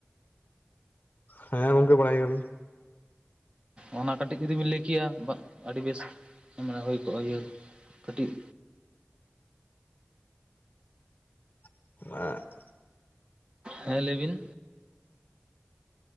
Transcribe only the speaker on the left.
ᱦᱮᱸ ᱜᱚᱝᱠᱮ ᱵᱟᱲᱟᱭ ᱜᱤᱭᱟ ᱞᱤᱧ᱾
<inaudible>